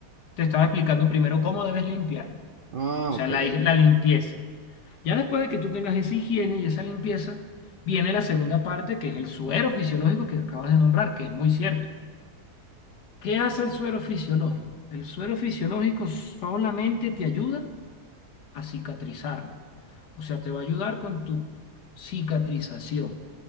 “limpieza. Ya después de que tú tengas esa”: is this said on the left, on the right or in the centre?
Left